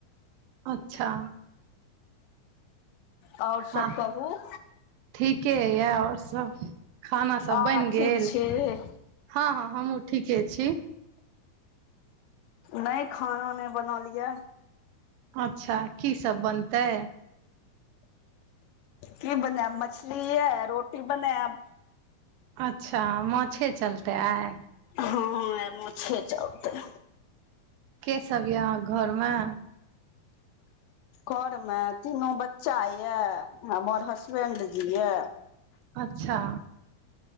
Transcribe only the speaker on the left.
आओर सब
कहू
अहाँ
ठीक
छी
नहि खाना नहि बनल यए
की बनय मछली ह रोटी बनैब
हँ माछैे चलतै
घरमे तीनू बच्चा ये हमर हसबेंड जी ये